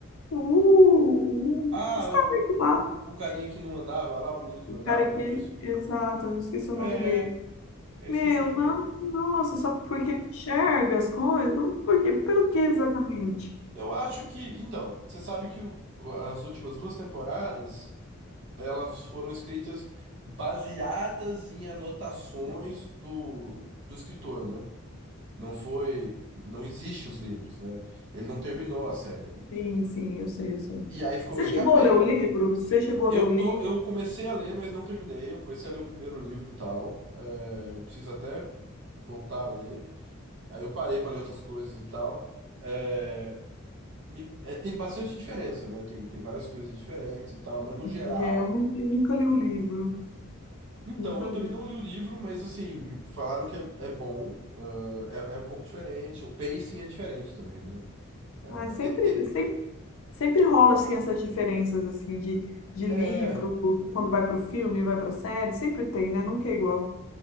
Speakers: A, on the left; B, on the right.
A: O,
B: Ah,
A: o Stark
B: o, o,
A: lá.
B: o, o carinha que não andava lá, o menino que
A: O
B: não andava,
A: cara
B: não
A: que.
B: era isso?
A: Exato, eu esqueci o
B: É,
A: nome dele.
B: eu
A: Meu,
B: esqueci também.
A: não, nossa, só porque enxerga as coisas? Não, porque, pelo que exatamente?
B: Eu acho que. Então, você sabe que o- as últimas duas temporadas. Elas foram escritas baseadas em anotações do, do escritor, né? Não foi, não existe os livros, né? Ele não terminou a série ainda.
A: Sim, sim, eu sei, eu sei.
B: E aí ficou
A: Você
B: bem
A: chegou
B: capenga,
A: a ler o livro?
B: né?
A: Você chegou
B: Eu
A: a ler o
B: tô,
A: livro?
B: eu comecei a ler, mas não terminei. Eu comecei a ler o primeiro livro, e tal. É, eu preciso até voltar a ler. Aí eu parei para ler outras coisas e tal. É, me- é, tem bastante diferença, né? Tem, tem várias coisas diferentes e tal, mas no geral
A: É, eu, nu- eu nunca li o livro,
B: Então,
A: nunca
B: eu
A: li.
B: também não li o livro, mas assim, falaram que é, é bom, ah, é, é um pouco diferente, o pacing é diferente também, né? Ah,
A: Ai, sempre,
B: te- te-
A: sempre, sempre rola assim essas diferenças assim de, de
B: é,
A: livro, quando vai para o filme, vai para a série, sempre tem, né? Nunca é igual.